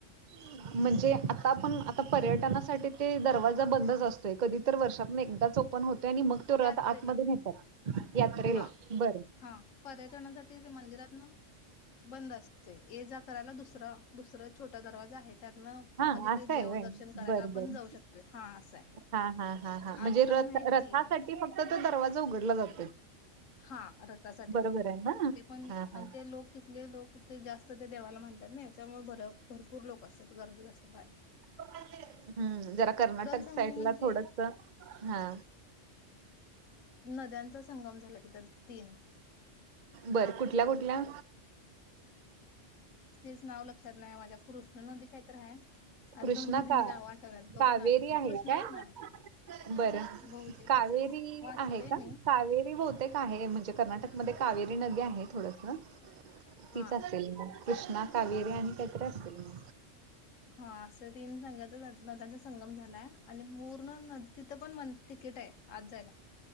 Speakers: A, on the right (about 45°); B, on the left (about 85°).
A: <inaudible> म्हणजे, आत्ता पण, आत्ता पर्यटनासाठी ते दरवाजा बंदच असतोय, कधी तर वर्षातनं एकदाच ओ पण होतय आणि मग तो
B: यात्रेला
A: रथ आतमध्ये नेतात, यात्रेला.
B: हा
A: बर!
B: हा, पर्यटनासाठी ते मंदिरातनं... बंद असतंय, ये-जा करायला दुसरा दुसरं छोटा दरवाजा आहे, त्यातनं
A: हा,
B: म्हणजे
A: असं
B: ते
A: आहे
B: देवदर्शन
A: होय?
B: करायला
A: बरं-बरं!
B: आपण जाऊ शकतोय हा असंय
A: हा हा हा हा, म्हणजे
B: आत जाऊन
A: रथ-रथासाठी
B: आहेत की
A: ती फक्त तो दरवाजा उघडला जातोय.
B: हा, रथासाठी
A: बरोबर
B: फक्त.
A: आहे ना
B: ते पण,
A: हा हा
B: आणि ते लोक तिथले लोक ते जास्त त्या देवाला मानतात ना, त्यामुळे भर भरपूर लोकं असतात, गर्दीच असते कायम.
A: हम्म, जरा कर्नाटक
B: संगम
A: साईडला
B: म्हणजे
A: थोडसं, हा
B: नद्यांचा संगम झालाय तिथं, तीन!
A: बरं! कुठल्या, कुठल्या?
B: तेच नाव लक्षात नाही माझ्या, कृष्णा नदी काहीतरी आहे. आणि
A: कृष्णा
B: दोन नदयांची
A: का
B: नावं आठवनात, बघून
A: कावेरी
B: आले मी,
A: आहे
B: कृष्णाच
A: काय
B: नाव आहे.
A: बरं!
B: बहुतेक
A: कावेरी
B: असंच वाचलय
A: आहे का?
B: मी
A: कावेरी बहू तेक आहे, म्हणजे कर्नाटकमध्ये कावेरी नदी आहे थोडसं, तीच
B: हा
A: असेल मग. कृष्णा, कावेरी आणि काहीतरीे असेल मं.
B: हा, असेल. तीन संग्याचा-नद-नद्यांचा संगम झालाय, आणि पूर्ण नदी-तिथं पण तिकीट आहे आत जायला.